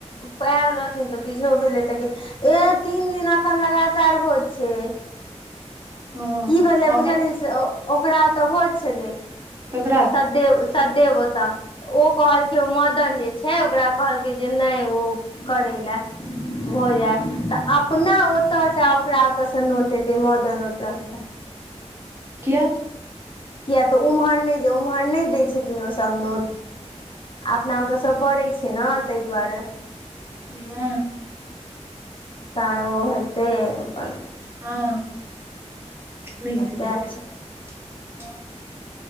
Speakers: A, on the left; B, on the right.
A: पयर रहथिन तऽ बीझो भेलै तऽ गेल ए तीन दिन एखन लगातार भोज छै
B: हँ
A: की भेलै बुझल लियै से ओकरा तऽ भोज छलै।
B: केकरा
A: व सदेव ओतऽ तऽ ओ कहलकै ओ मदन जे छै ओकरा कहलकै जे नहि ओ करै ले हो जा तऽ अपना ओ तऽ ओकरा ओतसे नोत एत मदन ओतसे
B: किया।
A: किया तऽ ओम्हर नहि जे ओम्हर नहि दै छथिन ओ सब नोत आ अपना ओतऽ स पड़ै छै ने ताहि दुआरे।
B: ह।
A: तैँ ओ हेतै अपन
B: हँ नहि हेतै
A: सएह
B: गप हँ